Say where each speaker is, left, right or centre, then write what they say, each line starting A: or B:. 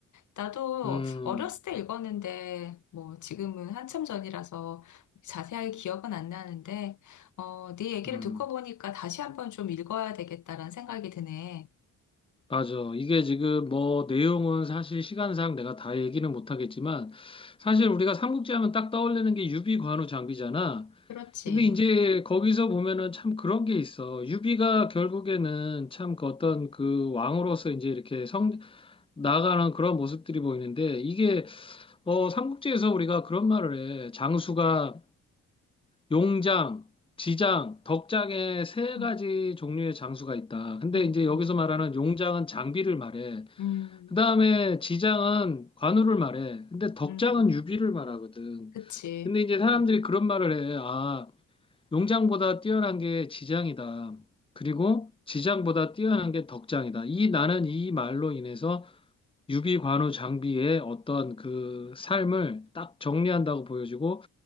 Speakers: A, on the left; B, on the left.
A: 나도
B: 음,
A: 어렸을 때 읽었는데 뭐 지금은 한참 전이라서 자세하게 기억은 안 나는데 어, 네 얘기를
B: 음,
A: 듣고 보니까 다시 한번 좀 읽어야 되겠다라는 생각이 드네.
B: 맞아. 이게 지금 뭐 내용은 사실 시간상 내가 다 얘기는 못하겠지만 사실 우리가 삼국지 하면 딱 떠올리는 게 유비 관우 장비잖아.
A: 그렇지.
B: 근데 이제 거기서 보면은 참 그런 게 있어. 유비가 결국에는 참 그 어떤 그 왕으로서 이제 이렇게 성, 나아가는 그런 모습들이 보이는데 이게 어, 삼국지에서 우리가 그런 말을 해. 장수가 용장, 지장, 덕장에 세
A: 음.
B: 가지 종류의 장수가 있다. 근데
A: 음,
B: 이제 여기서 말하는 용장은 장비를 말해.
A: 음,
B: 그 다음에 지장은 관우를 말해. 근데 덕장은
A: 음,
B: 유비를 말하거든.
A: 그치.
B: 근데 이제 사람들이 그런 말을 해. 아, 용장보다 뛰어난 게 지장이다. 그리고 지장보다 뛰어난 게 덕장이다. 이 나는 이 말로 인해서 유비, 관우, 장비의 어떤 그 삶을 딱 정리한다고 보여지고